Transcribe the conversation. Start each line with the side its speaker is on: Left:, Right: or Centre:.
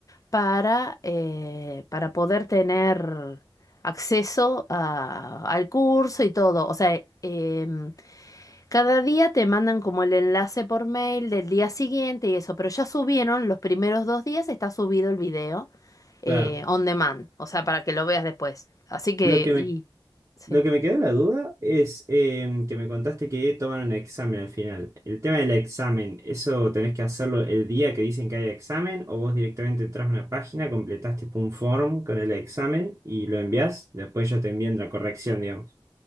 Left: para, eh, para poder tener acceso a- al curso y todo. O sea, em, Cada día te mandan como el enlace por mail del día siguiente y eso, pero ya subieron los primeros dos días, está subido el video eh,
Right: Claro.
Left: on demand, o sea, para que lo veas después. Así que,
Right: Lo que
Left: y
Right: me,
Left: sí.
Right: lo que me quedó la duda es em, que me contaste que toman un examen al final. El tema del examen, ¿eso tenés que hacerlo el día que dicen que hay examen o vos directamente entras a una página, completás tipo un form con el examen y lo envías? Después yo te envían la corrección, digamos.